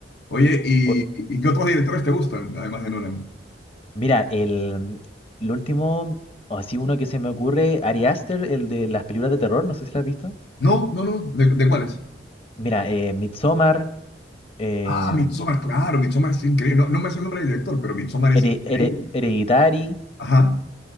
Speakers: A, on the left; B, on the left.
A: Oye, ¿y,
B: O-
A: y qué otros directores te gustan, además de Nolan?
B: mira, el, el último, o así uno que se me ocurre, Ari Aster, el de las películas de terror, no sé si la has visto.
A: No, no, no. ¿De, de cuáles?
B: Mira, eh, Midsommar, eh,
A: Ah, Midsommar, claro, Midsommar es increíble. No, no me sé el nombre del director, pero Midsommar es
B: Here-
A: increíble.
B: Here- Hereditary,
A: Ajá.